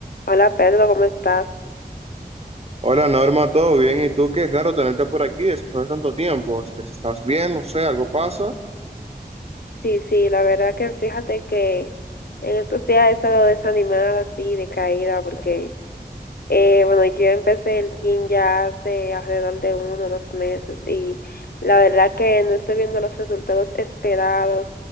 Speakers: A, on the left; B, on the right.
A: Hola Pedro, ¿cómo estás?
B: Hola Norma, ¿todo bien? ¿Y tú? Qué raro tenerte por aquí después de tanto tiempo. Este, ¿Estás bien? No sé, ¿algo pasa?
A: Sí, sí, la verdad que fíjate que en estos días he estado desanimada así, decaída, porque Eh, bueno, yo empecé el gym ya hace alrededor de uno o dos meses y la verdad que no estoy viendo los resultados esperados